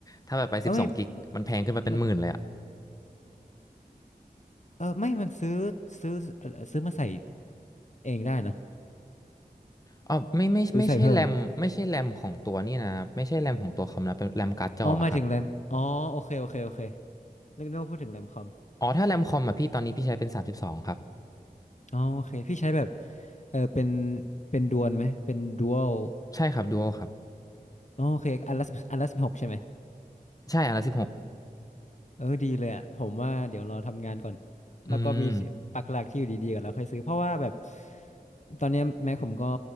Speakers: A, on the left; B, on the left.
A: ถ้าแบบไปสิบสองกิกมันแพงขึ้นมาเป็นหมื่นเลยอ่ะ
B: <laughs> เออไม่มันเออไม่มันซื้อซื้อซื้อมาใส่เองได้นะ
A: อ๋อไม่ไม่ไม่ใช่แรมไม่ใช่แรมของตัวนี่นะไม่ใช่แรมของตัวคอมนะเป็นแรมการ์ดจออะครับ
B: ซื้อใส่เพิ่ม อ๋อหมายถึงแรมอ๋อโอเคโอเคโอเคนึกนึกว่าพูดถึงแรมคอม
A: อ๋อถ้าแรมคอมอ่ะพี่ตอนนี้พี่ใช้เป็นสามสิบสองครับ
B: อ๋อโอเคพี่ใช้แบบเออเป็นเป็นดวนไหมเป็นดวล
A: ใช่ครับดูโอครับ
B: อ๋อโอเคอันละอันละสิบหกใช่ไหม
A: ใช่อันละสิบหก
B: เออดีเลยอ่ะผมว่าเดี๋ยวรอทำงานก่อนแล้วก็มีปักหลักที่อยู่ดีๆก่อนแล้วค่อยซื้อเพราะว่าแบบ
A: อืม
B: ตอนเนี้แม็ผมก็